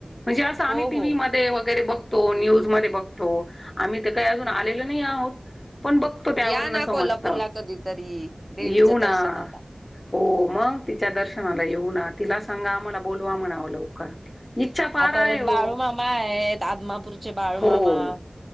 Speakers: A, on the left; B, on the right.
A: म्हणजे असं आम्ही
B: हो
A: टी.
B: हो
A: व्ही मध्ये वेगैरे बघ तो, न्यूज मध्ये बघतो. आम्ही ते काही अजून आलेल नाही आहोत. पण बघतो त्यावर
B: या
A: न
B: ना
A: समजत.
B: कोल्हापूरला कधीतरी देवीच्या
A: येऊ ना,
B: दर्शनाला
A: हो मग तिच्या दर्शनाला येऊ ना. तिलाच सांगा, आम्हाला बोलवा म्हणावं लवकर. इच्छा फार
B: आ परत
A: आहे हो
B: बाळूमामा आहेत. आदमापूरचे बाळूमामा.
A: हो